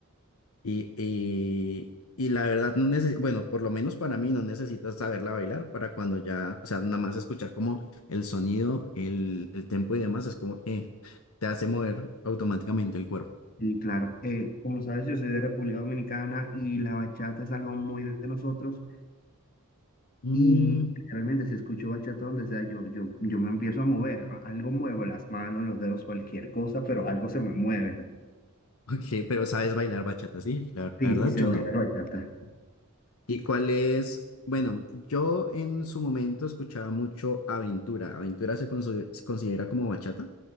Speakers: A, on the left; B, on the left.
A: Y, y, y la verdad no necesito, bueno, por lo menos para mí no necesitas saberla bailar para cuando ya, o sea, nada más escuchar como el sonido, el, el tempo y demás, es como que te hace mover automáticamente el cuerpo.
B: Y claro, eh, como sabes, yo soy de República Dominicana y la bachata es algo muy de nosotros.
A: Mm,
B: Y realmente si escucho bachata donde sea, yo, yo, yo me empiezo a mover. a- Algo muevo, las manos, los dedos, cualquier cosa, pero algo se me mueve.
A: ok, pero sabes bailar bachata, sí, la,
B: Sí,
A: la verdad
B: sí, se
A: yo
B: baila
A: no.
B: bachata.
A: ¿Y cuál es? Bueno, yo en su momento escuchaba mucho Aventura. Aventura se consi- se considera como bachata,